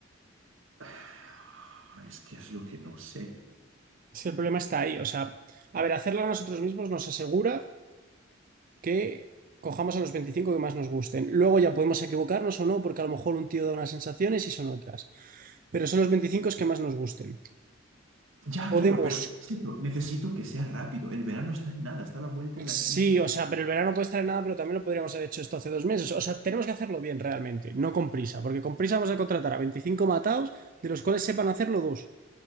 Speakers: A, on the right; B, on the right.
A: Ah, Es que es lo que no sé.
B: Es que el problema está ahí. O sea, a ver, hacerlo nosotros mismos nos asegura que cojamos a los 25 que más nos gusten. Luego ya podemos equivocarnos o no, porque a lo mejor un tío da unas sensaciones y son otras. Pero son los 25 que más nos gusten.
A: Ya,
B: Podemos,
A: claro, pero es cierto, necesito que sea rápido. El verano está en nada, está a la vuelta de
B: sí,
A: la esquina.
B: o sea, pero el verano puede estar en nada, pero también lo podríamos haber hecho esto hace dos meses. O sea, tenemos que hacerlo bien realmente, no con prisa, porque con prisa vamos a contratar a 25 matados, de los cuales sepan hacerlo dos.